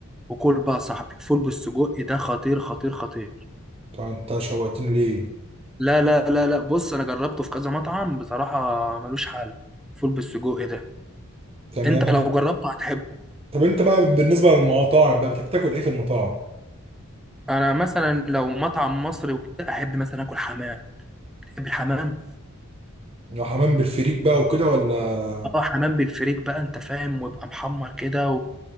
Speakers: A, in the centre; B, on the right.
A: وكل بقى يا صاحبي فول بالسجق إيه ده خطير خطير خطير
B: طب انت شوقتني ليه
A: لا لا لا لا بص انا جربته في كذا مطعم بصراحة ملوش حل فول بالسجق إيه ده
B: تمام
A: انت لو جربته هتحبه
B: طب انت بقى بالنسبة للمطاعم بقى بتحب تاكل ايه في المطاعم؟
A: انا مثلا لو مطعم مصري وكده احب مثلا اكل حمام تحب الحمام
B: لو حمام بالفريك بقى وكده ولا
A: اه حمام بالفريك بقى انت فاهم ويبقى محمر كده